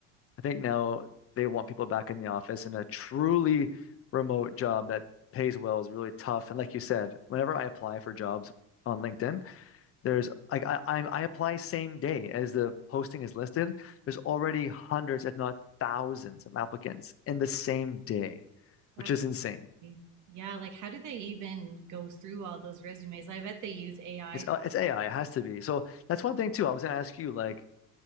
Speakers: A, on the left; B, on the right.
A: I think now they want people back in the office, and a truly remote job that pays well is really tough. And like you said, whenever I apply for jobs on LinkedIn, there's like I, I I apply same day as the posting is listed. There's already hundreds, if not thousands, of applicants in the same day,
B: that's-
A: which is insane.
B: yeah, like how do they even go through all those resumes? I bet they use AI
A: It's uh, it's AI. It has to be. So that's one thing too. I was gonna ask you, like,